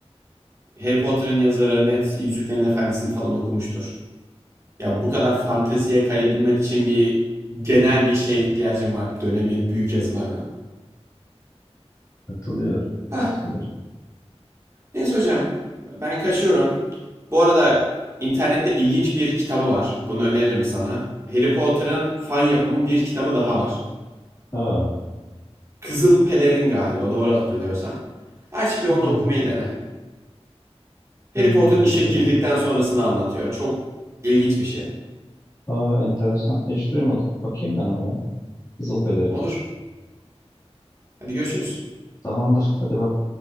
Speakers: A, on the right (about 25°); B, on the left (about 30°).
A: Harry Potter'ın yazarı net Yüzüklerin Efendisi'ni falan okumuştur. Ya bu kadar fanteziye kayabilmen için bir genel bir şeye ihtiyacın var. Dönemin büyük yazılarına.
B: Katılıyor.
A: Hah,
B: Katılıyor.
A: neyse hocam. Ben kaçıyorum. Bu arada internette ilginç bir kitabı var. Bunu öneririm sana. Harry Potter'ın fan yapımı bir kitabı daha var.
B: Aa.
A: Kızıl Pelerin galiba doğru hatırlıyorsam. Aç bir onu
B: Hmm,
A: okumayı dene.
B: hmm,
A: Harry Potter'ın
B: bakacağım.
A: işe girdikten sonrasını anlatıyor. Çok ilginç bir şey.
B: Aa enteresan. Hiç duymadım. Bakayım ben ona ya. Kızılpelerin.
A: Olur. Hadi görüşürüz.
B: Tamamdır. Hadi bak.